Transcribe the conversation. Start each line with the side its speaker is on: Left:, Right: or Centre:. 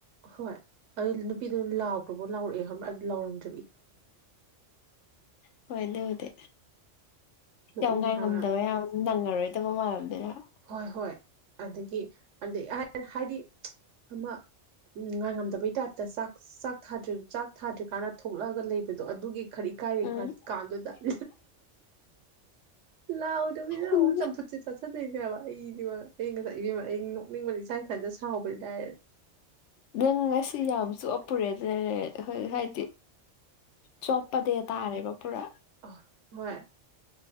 Right: ꯍꯣꯏ ꯑꯗꯨ ꯅꯨꯄꯤꯗꯨꯅ ꯂꯥꯎꯈ꯭ꯔꯕꯣ ꯂꯥꯎꯔꯛꯑꯦ ꯈꯪꯕ꯭ꯔ ꯑꯗꯨ ꯂꯥꯎꯔꯝꯗ꯭ꯔꯦ
Left: ꯑ꫰ꯍꯣꯏ ꯂꯨꯗꯦ
Right: ꯅꯣꯛꯅꯤꯡ
Left: ꯌꯥꯝ ꯉꯥꯏ
Right: ꯍꯥꯏꯕ
Left: ꯉꯝꯗꯕ ꯌꯥꯝ ꯅꯪꯉꯔꯣꯏꯗꯕ ꯃꯥꯜꯂꯝ ꯗꯣꯏꯅꯦ ꯍꯥꯏꯕꯥ
Right: ꯍꯣꯏ ꯍꯣꯏ ꯑꯗꯒꯤ ꯑꯩ ꯍꯥꯏꯗꯤ ꯑꯃ ꯉꯥꯏꯉꯝꯗꯕꯩ ꯇꯥꯏꯞꯇ ꯆꯥꯛ ꯆꯥꯛ ꯆꯥꯛ ꯊꯥꯗ꯭ꯔꯤꯀꯥꯟꯗ ꯊꯣꯛꯂꯛꯑꯒ ꯂꯩꯕꯗꯣ ꯑꯗꯨꯒꯤ ꯈꯔ ꯏꯀꯥꯏꯔꯦ
Left: ꯎꯝ
Right: ꯀꯥꯟꯗꯨꯗꯥ <unintelligible> ꯂꯥꯛꯎꯗꯕꯤꯗ
Left: ꯎꯝ
Right: ꯑꯃꯨ ꯆꯕꯨ ꯆꯦ ꯆꯁꯗꯅꯤ ꯑꯩꯗꯤꯕ ꯑꯩ ꯉꯁꯥꯏ ꯏꯕꯦꯝꯃ ꯑꯩ ꯅꯣꯛꯅꯤꯡꯕꯅ ꯏꯁꯥ ꯏꯊꯟꯇꯠ ꯁꯥꯎꯕꯗꯤ ꯂꯥꯏꯔꯅ
Left: ꯅꯪ ꯉꯁꯤ ꯌꯥꯝꯁꯨ ꯑꯞꯄꯔꯦꯗ ꯍꯣꯏ ꯍꯥꯏꯗꯤ ꯆꯣꯞꯄ ꯗꯦ ꯇꯥꯔꯦꯕ ꯄꯨꯔꯥ
Right: ꯑ ꯍꯣꯏ